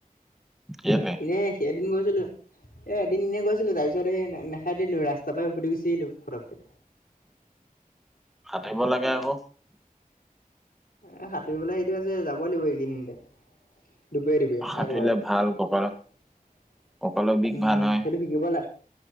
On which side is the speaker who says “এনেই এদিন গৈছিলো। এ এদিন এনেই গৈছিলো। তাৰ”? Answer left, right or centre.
Left